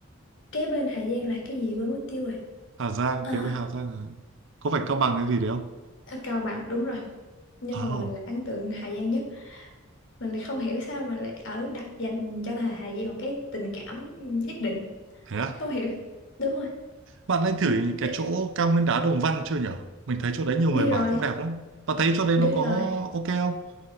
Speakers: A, on the left (about 65°); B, on the right (about 65°).
A: kế bên Hà Giang là cái gì quên mất tiêu rồi
B: Hà Giang
A: Ờ,
B: kế với Hà Giang là- có phải Cao Bằng cái gì đấy không?
A: ở Cao Bằng đúng rồi nhưng
B: Ồ,
A: mà mình là ấn tượng Hà Giang nhất mình lại không hiểu sao mình lại ở đặt dành cho thà Hà Giang một cái tình cảm nhất định
B: thế à?
A: không hiểu đúng rồi
B: Bạn nên thử
A: Ừ,
B: cái
A: đ-
B: chỗ cao nguyên đá Đồng Văn chưa nhở? Mình thấy chỗ đấy nhiều
A: đi
B: người
A: rồi
B: bảo cũng đẹp lắm. Bạn thấy chỗ đấy
A: đi
B: nó có
A: rồi
B: ok không?